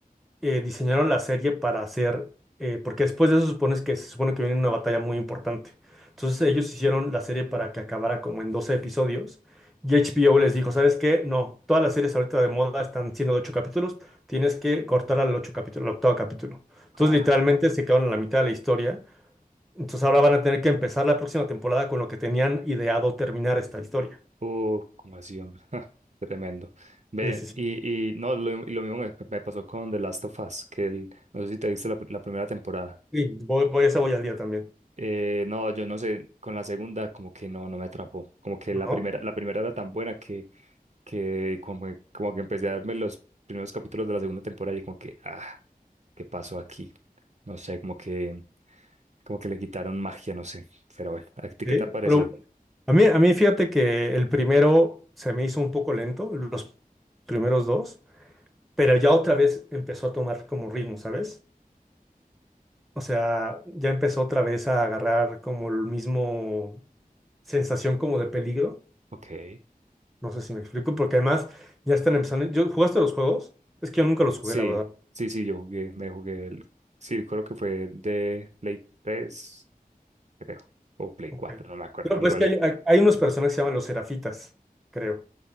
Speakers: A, in the centre; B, on the right.
A: eh, diseñaron la serie para hacer, eh, porque después de eso supones que se supone que viene una batalla muy importante. Entonces ellos hicieron la serie para que acabara como en 12 episodios y HBO les dijo, ¿sabes qué? No, todas las series ahorita de moda están siendo de 8 capítulos, tienes que cortar al 8 capítulo, al octavo capítulo. Entonces
B: ah.
A: literalmente se quedaron en la mitad de la historia. Entonces ahora van a tener que empezar la próxima temporada con lo que tenían ideado terminar esta historia.
B: Uh, como así, hombre. <laughs> Tremendo. Ven,
A: Sí, sí, sí.
B: y, y no, lo, y lo mismo me, me pasó con The Last of Us, que el, no sé si te viste la, pr- la primera temporada.
A: Sí, voy, voy, esa voy al día también,
B: Eh, no, yo no sé, con la segunda como que no, no me atrapó. Como que
A: ¿no?
B: la primera, la primera era tan buena que, que como, que- como que empecé a darme los primeros capítulos de la segunda temporada y como que, ah, ¿qué pasó aquí? No sé, como que, como que le quitaron magia, no sé. Pero bueno, ¿a ti
A: Sí,
B: qué te ha parecido?
A: pero A mí, a mí fíjate que el primero se me hizo un poco lento, los primeros dos, pero ya otra vez empezó a tomar como ritmo, ¿sabes? O sea, ya empezó otra vez a agarrar como el mismo sensación como de peligro.
B: Ok.
A: No sé si me explico, porque además ya están empezando. ¿Yo, jugaste los juegos? Es que yo nunca los jugué,
B: Sí,
A: la verdad.
B: sí, sí, yo jugué, me jugué el, sí, creo que fue el de Play 3, creo, o Play
A: Ok.
B: cuatro, no me acuerdo,
A: Pero
B: igual,
A: pues que hay, hay unos personajes que se llaman los Serafitas, creo,